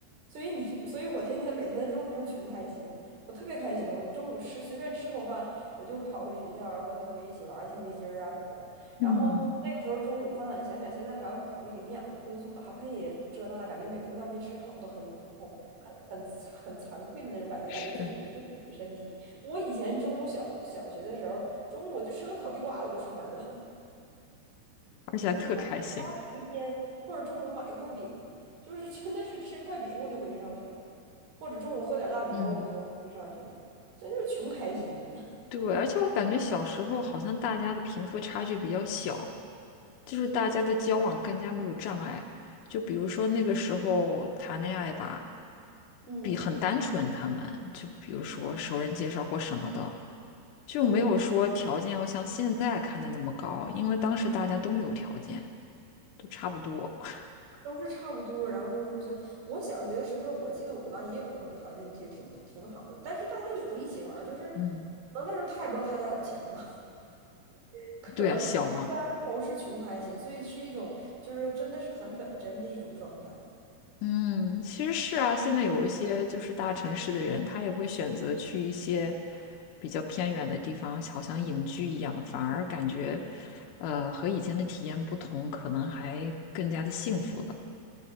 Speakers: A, on the right (about 65°); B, on the left (about 80°).
A: 所以你，所以我天天每天的状态就是穷开心，我特别开心。我中午吃随便吃口饭，我就跑回学校，然后跟同学一起玩儿跳皮筋儿啊什么的。
B: 嗯，
A: 然后那个时候中午饭，想想现在还要考虑营养、荤素搭配呀，什么这那，感觉每顿饭没吃好都很很很很很惭愧的那种感觉，
B: 是，
A: 感觉自己没对得起身体。我以前中午小小学的时候，中午我就吃个烤地瓜我就出门儿了，
B: 而且还特开心。
A: 一块地瓜顶一天，或者中午买一块饼，就是真的是吃一块饼我就回去上学了或者中午喝点大米粥我就能回去上学，
B: 嗯，
A: 真就是穷开心。<laughs>
B: 对，而且我感觉小时候好像大家的贫富差距比较小，就是大家的交往更加没有障碍。就比如说那个时候谈恋爱吧，
A: 嗯
B: 比很单纯，他们就比如说熟人介绍或什么的，就没有说条件要像现在看的那么高，
A: 嗯。
B: 因为当时大家都没有条件，都差不多。<laughs>
A: 都是差不多，然后就是互相。我小学的时候，我记得我们班也有那种条件挺挺挺好的，但是大家也都一起玩儿，就是可能那时候他也不知道他家有钱嘛，
B: 嗯，
A: <laughs> 可能大家都是穷开心，
B: 对啊，小嘛。
A: 所以是一种就是真的是很本真的一种状态。
B: 嗯，其实是啊，现在有一些就是大城市的人，他也会选择去一些比较偏远的地方，好像隐居一样，反而感觉，呃，和以前的体验不同，可能还更加的幸福了。